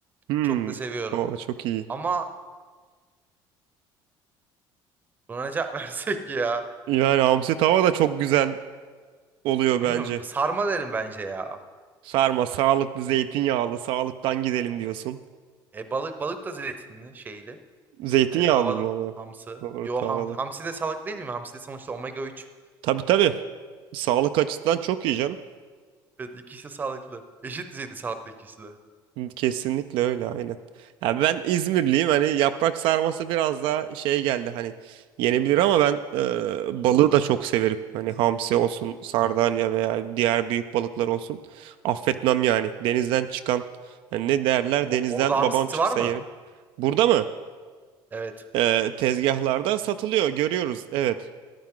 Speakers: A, on the right; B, on the right.
A: Hmm.
B: Çok da seviyorum.
A: Oo çok iyi.
B: Ama buna ne cevap <laughs> versek ya?
A: Yani hamsi tava da çok güzel oluyor
B: Bilmiyorum.
A: bence.
B: Sarma derim bence ya.
A: Sarma sağlıklı zeytinyağlı sağlıktan gidelim diyorsun.
B: E, balık balık da zeytinli şeyli.
A: Zeytinyağlı
B: E, tavada
A: mı o? da?
B: hamsi.
A: Doğru
B: Yo
A: tavada.
B: ham, hamsi de salak değil mi? Hamsi de sonuçta omega 3.
A: Tabii tabii. Sağlık açısından çok iyi canım.
B: Evet ikisi de sağlıklı. Eşit düzeyde sağlıklı ikisi de.
A: Kesinlikle öyle aynen. Ya ben İzmirliyim hani yaprak sarması biraz daha şey geldi hani yenebilir ama ben e, balığı da çok severim. Hani hamsi olsun, sardalya veya diğer büyük balıklar olsun. Affetmem yani. Denizden çıkan hani ne derler
B: O-
A: denizden
B: orada hamsi
A: babam çıksa
B: var mı?
A: yerim. Burada mı?
B: Evet.
A: E, tezgahlarda satılıyor görüyoruz evet.